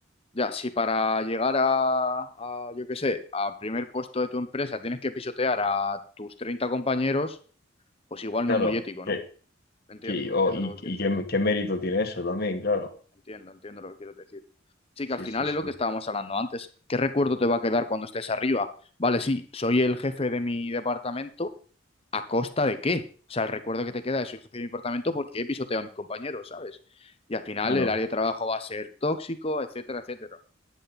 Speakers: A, on the left; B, on the left.
A: Ya, si para llegar a, a, yo qué sé, al primer puesto de tu empresa tienes que pisotear a tus 30 compañeros, pues igual
B: Claro.
A: no es muy ético,
B: Que,
A: ¿no? Entiendo,
B: que- o-
A: entiendo
B: y
A: lo que
B: y
A: quieres
B: qué,
A: decir.
B: qué mérito tiene eso también, claro.
A: Entiendo, entiendo lo que quieres decir. Sí,
B: Sí,
A: que al final
B: sí, sí.
A: es lo que estábamos hablando antes. ¿Qué recuerdo te va a quedar cuando estés arriba? Vale, sí, soy el jefe de mi departamento, ¿a costa de qué? O sea, el recuerdo que te queda es soy el jefe de mi departamento porque he pisoteado a mis compañeros, ¿sabes? Y al final
B: Claro.
A: el área de trabajo va a ser tóxico, etcétera, etcétera.